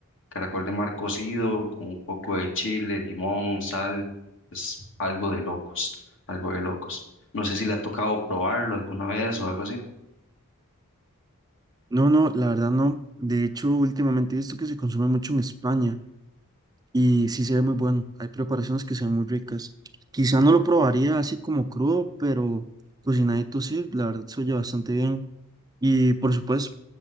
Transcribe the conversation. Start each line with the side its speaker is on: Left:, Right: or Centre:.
Left: Caracol de mar cocido, con un poco de chile, limón, sal, es algo de locos, algo de locos. No sé si le ha tocado probarlo alguna vez o algo así.
Right: No, no, la verdad no. De hecho, últimamente he visto que se consume mucho en España y sí se ve muy bueno. Hay preparaciones que se ven muy ricas. Quizá no lo probaría así como crudo, pero cocinadito sí, la verdad se oye bastante bien. Y por supuesto,